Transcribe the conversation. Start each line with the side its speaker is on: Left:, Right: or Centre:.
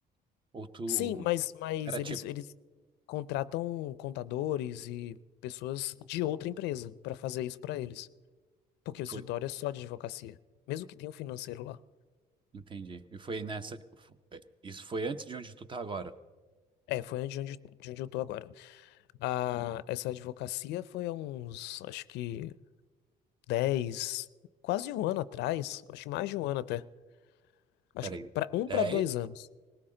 Right: Ou tu
Left: Sim, mas, mas
Right: era
Left: eles,
Right: tipo,
Left: eles contratam contadores e pessoas de outra empresa para fazer isso para eles. Porque
Right: e
Left: o
Right: foi,
Left: escritório é só de advocacia, mesmo que tenha um financeiro lá.
Right: entendi. E foi nessa, isso foi antes de onde tu tá agora.
Left: É, foi onde, onde, de onde eu tô agora. Ah, essa advocacia foi há uns, acho que 10 quase um ano atrás, acho que mais de um ano até. Acho
Right: Peraí,
Left: que pra, um
Right: 10
Left: para dois anos.